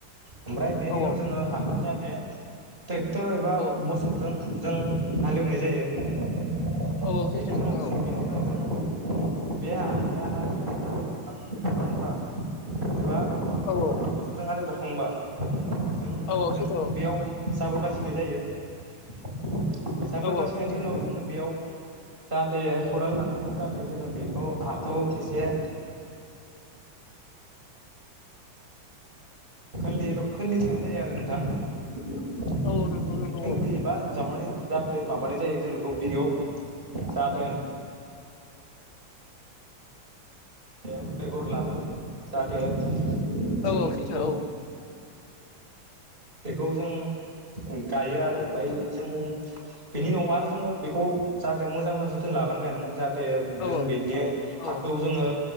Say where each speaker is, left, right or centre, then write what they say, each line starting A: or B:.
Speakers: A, on the right (about 25°); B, on the left (about 85°).
A: ओमफ्राय बेनि
B: औ
A: उनाव
B: औ
A: जोङो हाखौ जाय। ट्रेक्टर एबा
B: औ
A: मोसौजों जों हालेवनाय जायो। बेनि
B: औ औ सैथो
A: उनाव
B: नोंथां औ
A: बेनि उनाव जों। बे हाया हारि जुदि हां थांबा एबा
B: औ
A: मोसौजों हालेवजाखांबा जों
B: औ औ
A: जों
B: सैथो
A: बेयाव जाबोर बासिनाय जायो जाबोर
B: औ
A: बासिनायनि
B: औ सैथो
A: उनाव जोङो बेयाव जाहाथे खदाल लानानै जाहाथे जोङो बेखौ हाखौ एसे <unintelligible> जायो आरो नोंथां खोन्दो
B: औ औ नंगौ नंगौ औ
A: एबा जावनानै जाहाथे माबानाय जायो जों बेखौ बेयाव जाहाथे बेगर लाबो जाहाथे जों
B: औ औ
A: बेखौ
B: सैथो औ।
A: बेखौ जों गायो आरो ओमफ्राय जों बेनि उनाव आरो जोङो बेखौ जाहाथे मोजां मोजां जोथोन लालांबाय आरो नों जाहाथे
B: औ
A: जों बेनि
B: औ
A: हाखौ जोङो